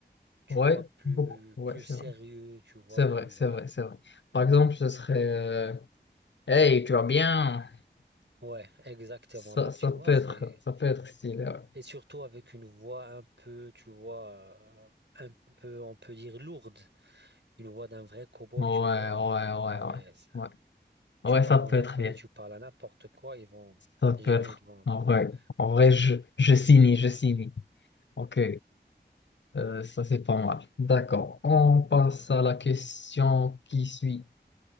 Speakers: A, on the right (about 90°); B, on the left (about 85°).
A: tu
B: Ouais,
A: vois, plus,
B: beaucoup. Ouais,
A: plus
B: c'est
A: sérieux,
B: vrai.
A: tu vois,
B: C'est
A: plus,
B: vrai, c'est
A: ouais.
B: vrai, c'est vrai. Par exemple, ce serait... euh, Hey, tu vas bien?
A: Ouais, exactement.
B: Ça,
A: Donc,
B: ça
A: tu vois,
B: peut être,
A: c'est...
B: ça peut être stylé, ouais.
A: Et surtout avec une voix un peu, tu vois, euh, un peu, on peut dire lourde. Une voix d'un vrai cow-boy,
B: Ouais,
A: tu vois.
B: ouais,
A: euh,
B: ouais,
A: Ah ouais,
B: ouais,
A: ça.
B: ouais. Ouais,
A: Tu parles
B: ça peut
A: en japonais,
B: être bien.
A: tu parles à n'importe quoi, ils vont...
B: Ça peut
A: Les gens,
B: être.
A: ils vont...
B: En vrai, en vrai,
A: Ouais,
B: je, je signe, je signe. Ok, Euh, ça c'est pas mal. D'accord. On passe à la question qui suit.